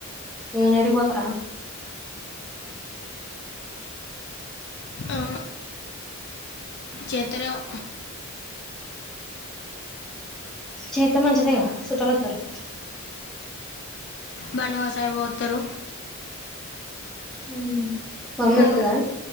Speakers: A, in the centre; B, on the left.
A: నేనాడిపోతరా
B: ఆ చేత్రరేమో
A: చెతే మంచిదేగా సుట్టాలొత్తరు
B: బనువా సాయిబోతారు
A: ఉమ్. మమ్మీ
B: ఉ
A: వస్తుందా